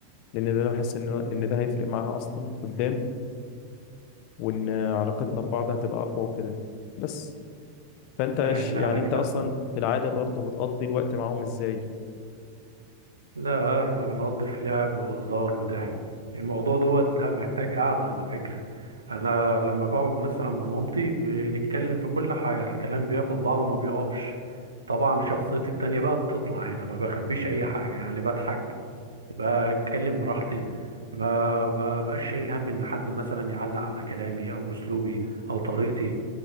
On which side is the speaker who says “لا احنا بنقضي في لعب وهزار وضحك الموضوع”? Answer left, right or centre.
Right